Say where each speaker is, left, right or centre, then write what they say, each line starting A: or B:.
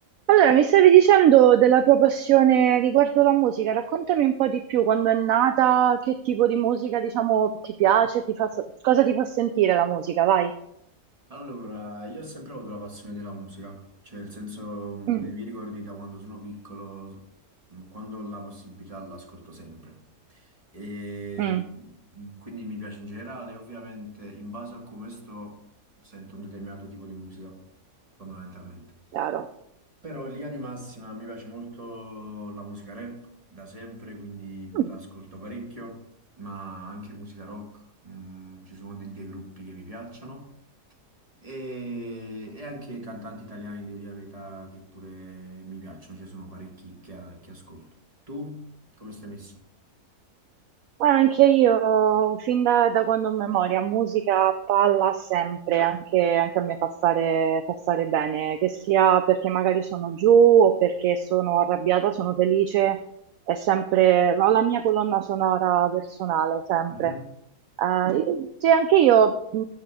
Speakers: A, on the right; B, on the right.
A: Allora, mi stavi dicendo della tua passione riguardo la musica, raccontami un po' di più, quando è nata, che tipo di musica, diciamo, ti piace, ti fa, cosa ti fa sentire la musica, vai.
B: Allora, io ho sempre avuto la passione della musica, cioè nel senso mh,
A: Mm,
B: nei miei ricordi da quando sono piccolo, mh, quando ho la possibilità l'ascolto sempre. E
A: mm,
B: mh, quindi mi piace in generale, ovviamente in base a come sto sento un determinato tipo di musica, fondamentalmente.
A: chiaro.
B: Però in linea di massima mi piace molto la musica rap da sempre, quindi
A: Mm.
B: l'ascolto parecchio, ma anche musica rock, mh, ci sono dei dei gruppi che mi piacciono. E, e anche cantanti italiani, devo dire la verità, che pure mi piacciono, ci sono parecchi che, che ascolto. Tu come stai messo?
A: Guarda, Anche io, fin da, da quando ho memoria, musica, palla sempre, anche, anche a me fa stare, fa stare bene, che sia perché magari sono giù o perché sono arrabbiata, sono felice. È sempre, ho la mia colonna sonora personale, sempre.
B: Mhm.
A: Eh, sì, anche io mh,